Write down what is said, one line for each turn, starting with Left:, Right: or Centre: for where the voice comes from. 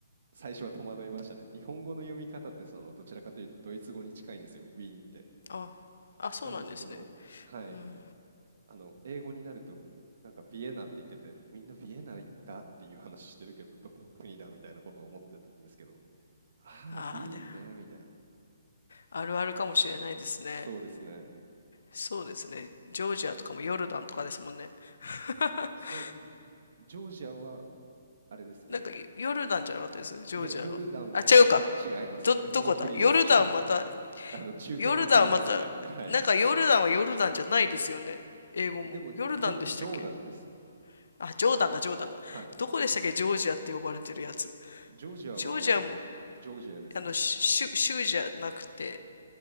Right: 最初は戸惑いましたね。日本語の読み方ってその、どちらかというとドイツ語に近いんですよ、ウィーンって。
Left: あ、あ、そうなんですね。
Right: なんですけど、はい、
Left: うん。
Right: あの、英語になると、なんかビエナって言ってて、みんなビエナ行ったっていう話してるけど、どこの国だみたいなことを思ってたんですけど、ああ、
Left: ああ、
Right: ビーンね、みたいな。
Left: あるあるかもしれないですね。
Right: そうですね。
Left: そうですね。ジョージアとかもヨルダンとかですもんね。<laughs>
Right: そう、ジョージアはあれですけどね。
Left: なんかヨルダンじゃなかったですジョージアが。
Right: いや、ヨルダンは違います。
Left: あ、違うか。ど、
Right: 別の国です。
Left: どこだヨルダンまた、
Right: <laughs> あの、中東の国ですね。
Left: ヨルダンまた、
Right: <laughs> はい。
Left: なんかヨルダンはヨルダンじゃないですよね。英語も。
Right: でも、
Left: ヨルダンでしたっけ
Right: ジョ、ジョーダンです。
Left: あ、ジョーダンだ、ジョーダンだ。
Right: はい。
Left: どこでしたっけジョージアって呼ばれてるやつ。
Right: ジョージアは、
Left: ジョージアも、
Right: あの、ジョージアですね。
Left: あの、州、州じゃなくて、